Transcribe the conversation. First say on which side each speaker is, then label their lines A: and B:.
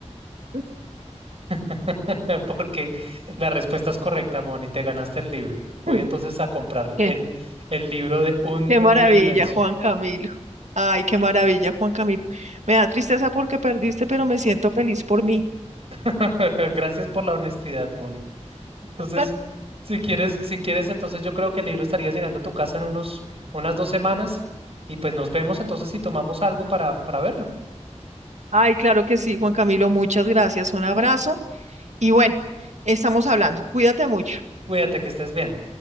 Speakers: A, on the right (about 70°); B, on the right (about 55°).
A: <laughs>
B: <laughs> porque la respuesta es correcta, Moni. Te ganaste el libro. Voy
A: Mm,
B: entonces a comprar
A: ¿Qué?
B: el, el libro de Un
A: Qué
B: Mundo
A: maravilla,
B: Inmenso.
A: Juan Camilo. Ay, qué maravilla, Juan Camilo. Me da tristeza porque perdiste, pero me siento feliz por mí.
B: <laughs> Gracias por la honestidad, Moni.
A: <laughs>
B: Entonces, si quieres, si quieres, entonces yo creo que el libro estaría llegando a tu casa en unos, unas dos semanas y pues nos vemos entonces si tomamos algo para, para verlo.
A: Ay, claro que sí, Juan Camilo. Muchas gracias. Un abrazo. Y bueno, estamos hablando. Cuídate mucho.
B: Cuídate, que estés bien.